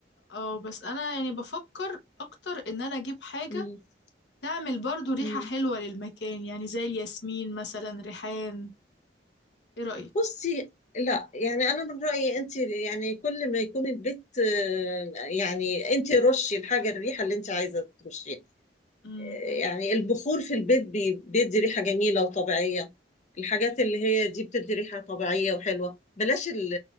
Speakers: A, on the left (about 80°); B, on the left (about 40°).
A: اه بس انا يعني بفكر اكتر ان انا اجيب حاجة
B: امم
A: تعمل برضو ريحة
B: إمم.
A: حلوة للمكان يعني زي الياسمين مثلا ريحان ايه رأيك
B: بصي لا يعني انا من رايي انت يعني كل ما يكون البيت آه، يعني انت رشي الحاجه الريحه اللي انت عايزه ترشيها
A: امم
B: آه، يعني البخور في البيت بي- بيدي ريحه جميله وطبيعيه الحاجات اللي هي دي بتدي ريحه طبيعيه وحلوه بلاش ال